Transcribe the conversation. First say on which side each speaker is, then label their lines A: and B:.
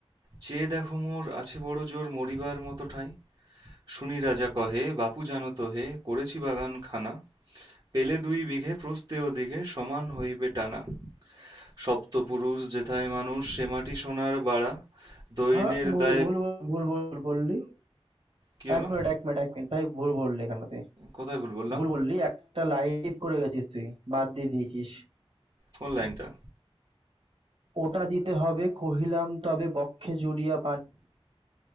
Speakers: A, on the right; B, on the right.
A: চেয়ে দেখো মোর আছে বড় জোর মরিবার মত ঠাঁই। শুনি রাজা কহে, বাপু জানো তো হে, করেছি বাগানখানা, পেলে দুই বিঘে প্রস্থে ওদিঘে সমান হইবে টানা। সপ্তপুরুষ যেথায় মানুষ সে মাটি সোনার বাড়া, দৈন্যের
B: আ ভুল,
A: দায়ে
B: ভুল, ভুল, ভুল বললি।
A: কি হলো?
B: ১ মিনিট, ১ মিনিট, ১ মিনিট। ভাই, ভুল বললি এখানে তুই।
A: কোথায় ভুল বললাম?
B: ভুল বললি একটা লাইভ করে গেছিস তুই বাদ দিয়ে দিয়েছিস
A: কোন লাইনটা?
B: ওটা দিতে হবে কহিলাম তবে বক্ষে জুড়িয়া পান